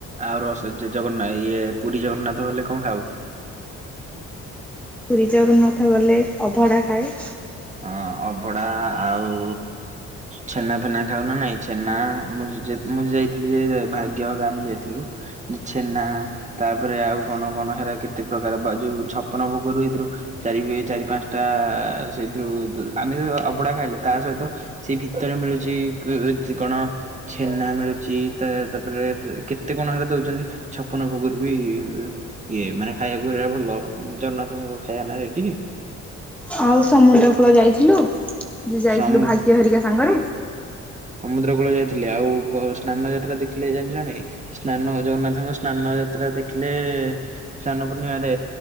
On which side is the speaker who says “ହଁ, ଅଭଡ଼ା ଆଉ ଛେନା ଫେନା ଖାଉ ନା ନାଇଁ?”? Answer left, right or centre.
Right